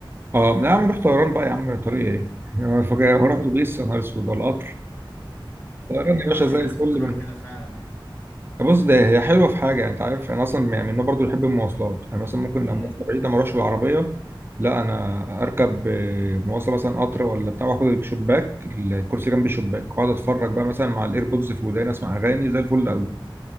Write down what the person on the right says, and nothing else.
اه لا يا عم رحت طيران بقى يا عم طريق ايه <laughs> يعني فاكر هروح
اتوبيس يا نهار اسود ولا قطر
طيران يا باشا
زي
الفل
بص ده هي حلوه في حاجه انت عارف انا اصلا يعني من النوع برضه بحب المواصلات انا مثلا ممكن
لو مواصله بعيده ما اروحش بالعربيه لا انا اركب آه، مواصله مثلا قطر ولا بتاع واخد الشباك الكرسي جنب الشباك واقعد اتفرج بقى مثلا مع الايربودز في وداني اسمع اغاني زي الفل قوي